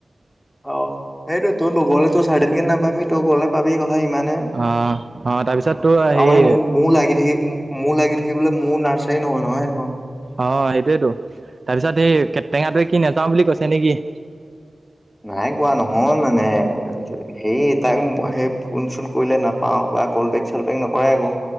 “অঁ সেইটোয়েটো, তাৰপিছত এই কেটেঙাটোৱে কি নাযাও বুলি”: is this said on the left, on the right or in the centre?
Right